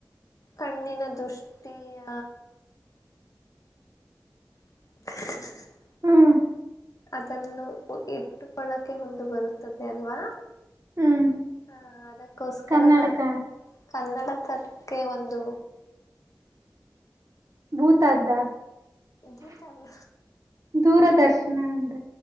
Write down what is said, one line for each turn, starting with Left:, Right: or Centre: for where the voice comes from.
Left: ಕಣ್ಣಿನ ದೃಷ್ಟಿಯ <unintelligible>
Right: ಹ್ಮ್
Left: ಅದನ್ನು ಇಟ್ಟುಕೊಳ್ಳೊಕೆ ಹೊಂದು ಬರುತ್ತದೆ ಅಲ್ವಾ.
Right: ಹ್ಮ್
Left: ಹಾ ಅದಕ್ಕೋಸ್ಕರ
Right: ಕನ್ನಡಕ
Left: ನಾ ಕನ್ನಡ್ಕಕ್ಕೆ ಒಂದು
Right: ಭೂತದ್ದ
Left: ಭೂತ
Right: <inaudible>
Left: ಅಲ್ಲ
Right: ದೂರದರ್ಶ್ನ ಅಂದ.